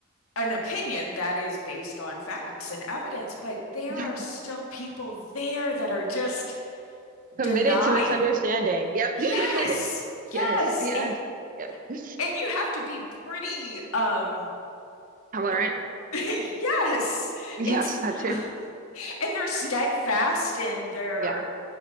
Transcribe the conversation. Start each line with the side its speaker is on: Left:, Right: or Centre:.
Left: an opinion that is based on facts and evidence, but there
Right: <laughs>
Left: are still people there that are just
Right: Committed
Left: denying.
Right: to misunderstanding. Yep.
Left: Yes.
Right: <laughs>
Left: Yes.
Right: Yes, yes,
Left: And
Right: yes. Yeah.
Left: and you have to be pretty um
Right: Tolerant.
Left: ab- <laughs> yes.
Right: Yes,
Left: It's
Right: that too.
Left: <laughs> and they're steadfast
Right: Mm-hmm.
Left: in their
Right: Yeah,